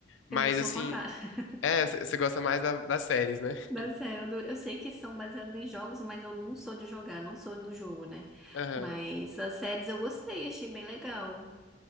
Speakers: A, on the left (about 80°); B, in the centre.
A: Mas,
B: Eu já sou
A: assim,
B: o contrário. <laughs>
A: é, c- você gosta mais da- das séries, né?
B: Não,
A: <laughs>
B: sério, eu, não- eu sei que são baseados em jogos, mas eu não sou de jogar, não sou do jogo, né?
A: Aham.
B: Mas as séries eu gostei, achei bem legal.